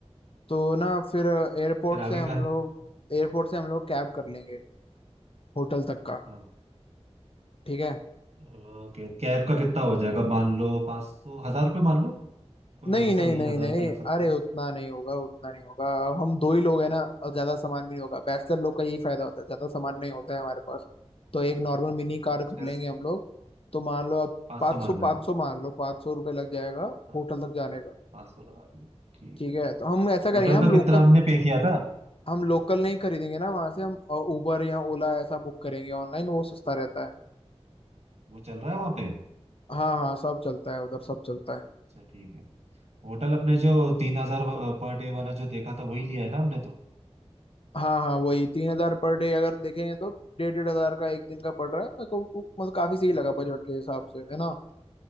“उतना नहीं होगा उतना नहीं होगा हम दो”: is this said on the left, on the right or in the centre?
Left